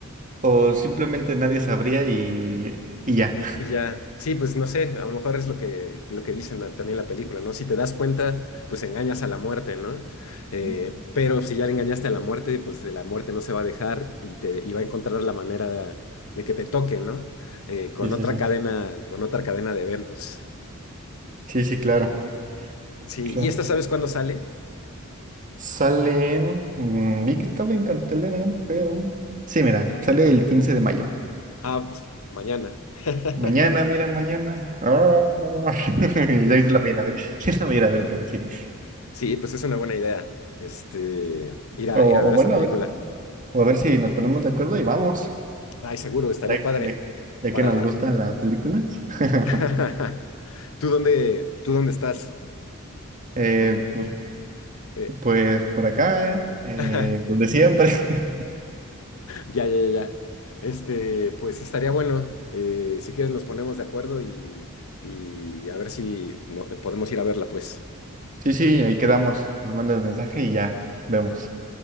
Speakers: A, on the right; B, on the left.
A: o simplemente nadie sabría y, y ya?
B: Y ya, sí, pues no sé, a lo mejor es lo que, lo que dicen la- también la película, ¿no? Si te das cuenta, pues engañas a la muerte, ¿no? Eh,
A: Sí,
B: pero si ya le engañaste a la muerte, pues la muerte no se va a dejar y te y va a encontrar la manera de, de que te toque, ¿no? Eh, con
A: sí,
B: otra
A: sí.
B: cadena, con otra cadena de eventos.
A: Sí, sí, claro,
B: Sí,
A: claro.
B: ¿y esta sabes cuándo sale?
A: Sale, mm, vi que estaba en cartelera, pero... Sí, mira, sale el 15 de mayo.
B: Ah, pues mañana.
A: Mañana,
B: <laughs>
A: mira, mañana. Ah, <laughs> ya se la voy a ir a ver. <laughs> Sí la voy a ir a ver con cine.
B: Sí, pues es una buena idea. Este, ir a,
A: O,
B: ir a ver
A: o bueno,
B: esta película.
A: a ver, o a ver si nos ponemos de acuerdo y vamos.
B: Ay, seguro, estaría
A: Ya,
B: padre.
A: ya- ya
B: Para.
A: que nos gustan las películas. <laughs>
B: <laughs> ¿Tú dónde, tú dónde estás?
A: Eh,
B: O-
A: pues,
B: eh,
A: pues por acá, eh, eh,
B: <laughs>
A: donde siempre. <laughs>
B: Ya, ya, ya. ya. Este, pues estaría bueno. Eh, si quieres, nos ponemos de acuerdo y, y a ver si no- eh, podemos ir a verla, pues.
A: Sí, sí, ahí quedamos. Me mandas mensaje y ya vemos.